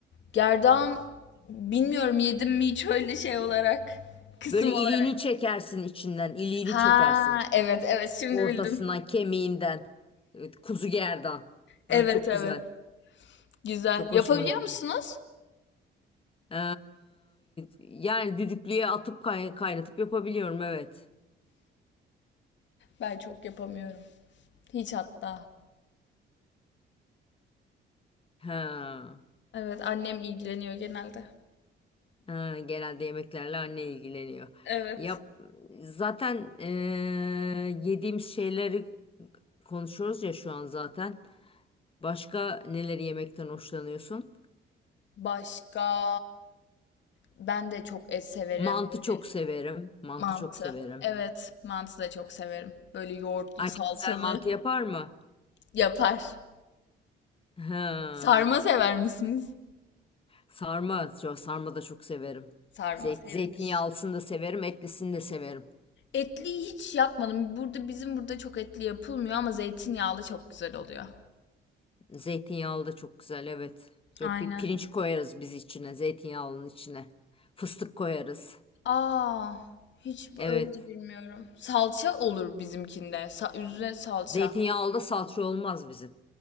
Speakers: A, on the left; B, on the left.
A: Gerdan bilmiyorum yedim mi hiç öyle şey olarak. Kısım
B: Böyle
A: olarak.
B: iliğini çekersin içinden, iliğini
A: Ha
B: çekersin.
A: evet evet şimdi
B: Ortasından,
A: bildim.
B: kemiğinden. Evet, kuzu gerdan. Ha,
A: Evet
B: çok
A: evet.
B: güzel.
A: Güzel.
B: Çok
A: Yapabiliyor
B: hoşuma gider.
A: musunuz?
B: Ee, yani düdüklüye atıp kay- kaynatıp yapabiliyorum, evet.
A: Ben çok yapamıyorum. Hiç hatta.
B: Ha.
A: Evet annem ilgileniyor genelde.
B: Ha, genelde yemeklerle anne ilgileniyor.
A: Evet.
B: Yap, zaten eee, yediğimiz şeyleri konuşuyoruz ya şu an zaten. Başka neleri yemekten hoşlanıyorsun?
A: Başka ben de çok et severim
B: Mantı
A: böyle
B: çok severim. Mantı
A: Mantı.
B: çok severim.
A: Evet, mantı da çok severim. Böyle yoğurtlu,
B: Anne
A: salçalı
B: güzel mantı yapar mı?
A: yapar.
B: Ha.
A: Sarma sever misiniz?
B: Sarma, şu- sarma da çok severim.
A: Sarma
B: Zeyt,
A: sevilir.
B: zeytinyağlısını da severim, etlisini de severim.
A: Etliyi hiç yapmadım. Burada bizim burada çok etli yapılmıyor ama zeytinyağlı çok güzel oluyor.
B: Zeytinyağlı da çok güzel, evet. Çok
A: Aynen.
B: bir pirinç koyarız biz içine, zeytinyağlının içine. Fıstık koyarız.
A: Aa, hiç bu-
B: Evet.
A: öyle de bilmiyorum. Salça olur bizimkinde. Sa- üzerine salça.
B: Zeytinyağlı da salça olmaz bizim.